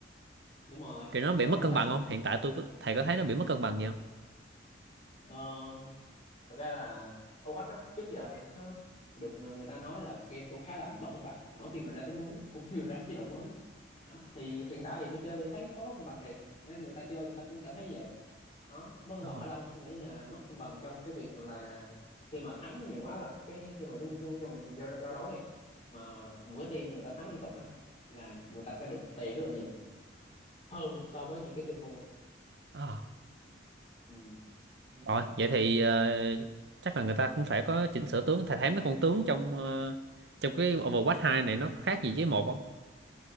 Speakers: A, on the left; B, on the right.
A: đúng rồi
B: kiểu nó bị
A: nó
B: mất
A: nâng
B: cân
A: cấp
B: bằng không hiện tại tôi có, thầy có thấy nó bị mất cân bằng gì không
A: ờ, thật ra là Overwatch á, trước giờ thì nó được người người ta nói là game cũng khá là mất cân bằng mỗi khi mà ra tướng mới cũng như ra chế độ mới đó thì hiện tại thì tôi chơi tôi thấy có mất cân bằng thiệt nên người ta chơi người ta cũng cảm thấy vậy đó mất cân
B: Ồ,
A: bằng ở đâu tôi nghĩ là mất cân bằng trong cái việc là khi mà thắng nhiều quá là cái khi mà trong trong trong một giao, giao đấu đi mà một cái team người ta thắng liên tục á là người ta sẽ được tiền rất là nhiều hơn so với những cái team thua
B: à,
A: ừ. Ừ.
B: rồi vậy thì ờ, chắc là người ta cũng phải có chỉnh sửa tướng thầy thấy mấy con tướng trong ờ, trong cái Overwatch hai này nó có khác gì với một không